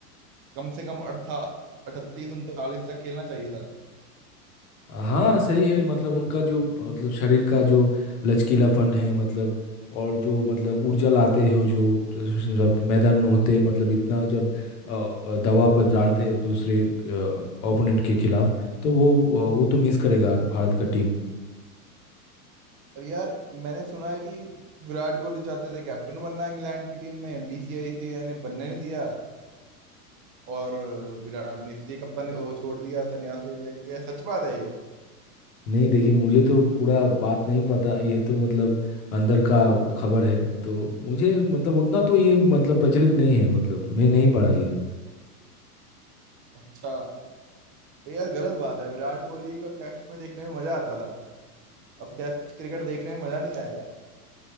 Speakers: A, on the right; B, on the left.
A: कम से कम अड़था अठतीस उनतालीस तक खेलना चाहिए था
B: हाँ सही है मतलब उनका जो मतलब शरीर का जो लचकीलापन है मतलब और जो मतलब ऊर्जा लाते हो जो जब मैदान में होते हैं मतलब इतना जब अ, दबाव पर डालते हैं दूसरे ओपोनेंट के खिलाफ तो वो वो तो मिस करेगा भारत का टीम
A: और यार मैंने सुना है कि विराट कोहली चाहते थे कैप्टन बनना इंग्लैंड की टीम में बीसीसीआई ने बनने नहीं दिया और विराट ने इसलिए कप्तान वो छोड़ दिया संन्यास ले लिया क्या सच बात है ये
B: नहीं देखिए मुझे तो पूरा बात नहीं पता ये तो मतलब अंदर का खबर है तो मुझे मतलब उतना तो ये मतलब प्रचलित नहीं है मतलब मैं नहीं पढ़ा ये
A: अच्छा पर यार गलत बात है विराट कोहली को टेस्ट में देखने में मजा आता था अब टेस्ट क्रिकेट देखने में मजा नहीं आएगा